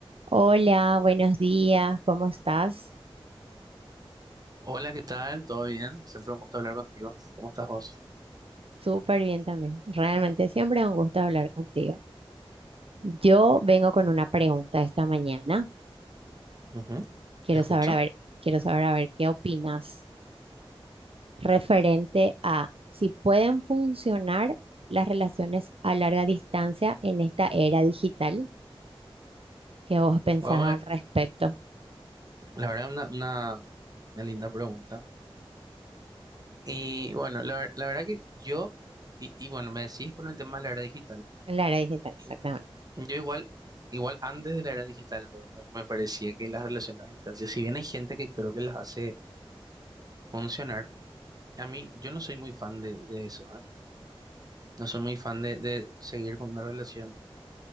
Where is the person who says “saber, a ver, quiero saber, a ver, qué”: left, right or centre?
Right